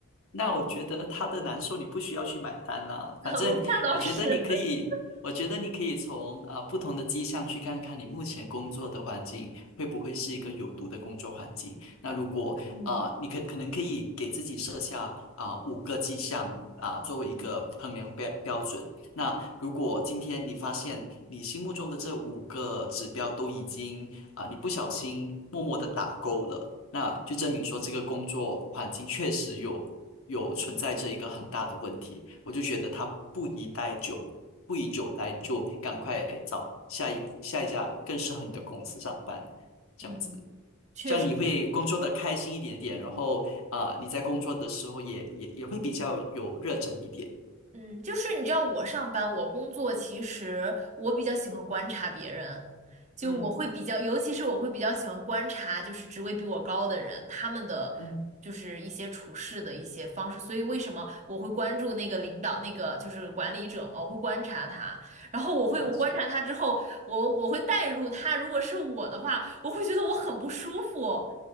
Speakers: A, on the left; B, on the right.
A: 那我觉得他的难受你不需要去买单啦，
B: <laughs>
A: 反正我觉得你可以，
B: 我那倒是，<laughs>
A: 我觉得你可以从啊、不同的迹象去看看你目前工作的环境会不会是一个有毒的工作环境。那如果啊、
B: 嗯
A: 你可可能可以给自己设下啊、五个迹象啊、作为一个衡量标标准。
B: 嗯
A: 那如果今天你发现你心目中的这五个指标都已经啊、你不小心默默的打勾了。那就证明说这个工作环境确实有有存在着一个很大的问题，我就觉得它不宜待久，不宜久待，你就赶快找下一下一家更适合你的公司上班，这样子，
B: 嗯，确实。
A: 这样你会工作的开心一点点，然后啊、你在工作的时候也也也会比较有热忱一点。
B: 嗯，就是你知道我上班，我工作，其实我比较喜欢观察别人，就我会比较，
A: 嗯
B: 尤其是我会比较喜欢观察，就是职位比我高的人，他们的就是一些处事的一些方式。
A: 嗯，
B: 所以为什么我会关注那个领导，那个就是管理者嘛，我会观察他，然后我会我观察他之后，
A: 理解。
B: 我我会带入他，如果是我的话，我会觉得我很不舒服，